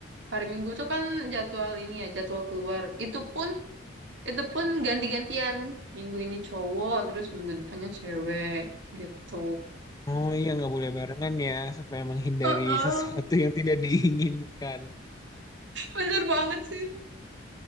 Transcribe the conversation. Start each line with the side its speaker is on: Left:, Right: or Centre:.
Right: hari Minggu tuh kan jadwal ini ya jadwal keluar itu pun itu pun ganti-gantian minggu ini cowok terus minggu depannya cewek gitu
Left: Oh iya, nggak boleh barengan ya, supaya menghindari
Right: Heeh.
Left: sesuatu yang tidak diinginkan.
Right: bener banget sih